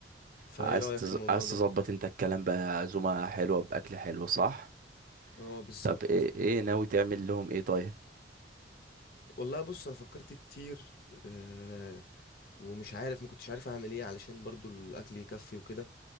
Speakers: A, on the left; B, on the right.
A: فايه
B: عايز
A: رايك
B: تز...
A: في الموضوع
B: عايز
A: ده
B: تظبط انت الكلام بقى عزومه حلوه باكل حلو صح
A: اه بالظبط
B: طب ايه ايه ناوي تعمل لهم ايه طيب
A: والله بص انا فكرت كتير آه، ومش عارف ما كنتش عارف اعمل ايه علشان برضو الاكل يكفي وكده